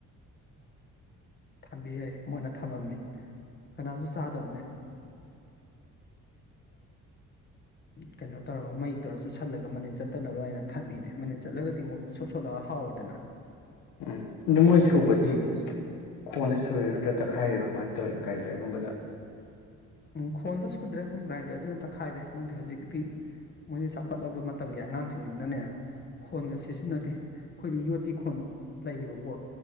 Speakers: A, on the left; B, on the left.
A: ꯊꯝꯕꯤ ꯌꯥꯏ ꯃꯣꯏꯅ ꯊꯝꯃꯝꯃꯤ ꯀꯅꯥꯁꯨ ꯆꯥꯗ ꯀꯩꯅꯣ ꯇꯧꯔꯒ ꯃꯩ ꯇꯧꯔ ꯆꯨꯁꯜꯂꯒ ꯃꯅꯤꯟ ꯆꯠꯇꯅꯕ ꯍꯥꯏꯅ ꯊꯝꯕꯤꯗꯦ ꯃꯅꯤꯟ ꯆꯠꯂꯒꯗꯤ ꯑꯃꯨꯛ ꯁꯣꯠ ꯁꯣꯠ ꯂꯥꯑꯣꯔꯥ ꯍꯥꯎꯋꯤꯗꯅ
B: ꯎꯝ ꯑꯗꯨ ꯃꯣꯏ ꯁꯨꯕꯗꯤ
A: ꯊꯝꯃꯝꯃꯤꯗꯨꯁꯨ
B: ꯈꯣꯟꯗ ꯁꯨꯔꯤꯔꯣ ꯅꯠꯇ꯭ꯔꯒ ꯀꯒꯨꯝꯕꯗ
A: ꯎ ꯈꯣꯟꯗ ꯁꯨꯗ꯭ꯔꯦ ꯃꯣꯏ ꯒ꯭ꯔꯥꯏꯟꯗꯔꯗꯨꯅ ꯇꯛꯈꯥꯏꯔꯦ ꯃꯣꯏꯗꯤ ꯍꯧꯖꯤꯛꯇꯤ ꯃꯣꯏꯗꯤ ꯆꯥꯎꯈꯠꯂꯕ ꯃꯇꯝꯒꯤ ꯑꯉꯥꯡꯁꯤꯡꯅꯤꯅꯅꯦ ꯈꯣꯟꯒ ꯁꯤꯖꯤꯟꯅꯗꯦ ꯑꯩꯈꯣꯏꯗꯤ ꯌꯣꯠꯀꯤꯤ ꯈꯣꯟ ꯂꯩꯌꯦꯕꯀꯣ